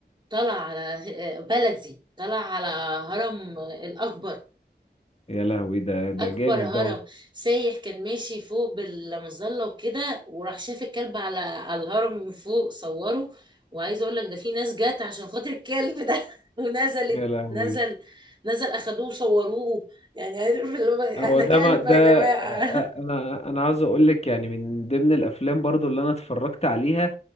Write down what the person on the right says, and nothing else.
طلع على آه، بلدي طلع على هرم آه، الاكبر
اكبر
هرم
سايح كان ماشي فوق بالمظله وكده وراح شاف الكلب على على الهرم من فوق صوره وعايزه اقول لك ده في ناس جت عشان خاطر الكلب ده <laughs> ونزلت
نزل نزل اخدوه وصوروه يعني عارف اللي هو انا
كلب
يا جماعه